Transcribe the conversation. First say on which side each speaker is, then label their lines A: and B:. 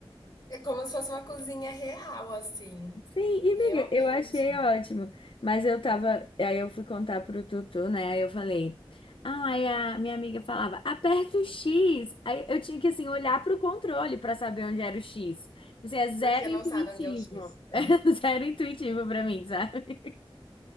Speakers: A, on the left (about 40°); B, on the left (about 60°).
A: É como se fosse uma cozinha real, assim,
B: Sim, e
A: realmente,
B: miga, eu achei ótimo. Mas eu tava. Aí eu fui contar pro Tutu, né? Aí eu falei. Ah, aí a minha amiga falava, aperta o X. Aí eu tinha que, assim, olhar pro controle pra saber onde era o X. Tipo Assim, é zero
A: porque
B: intuitivo.
A: não sabe onde é o X.
B: <laughs> É
A: É.
B: zero intuitivo pra mim, sabe?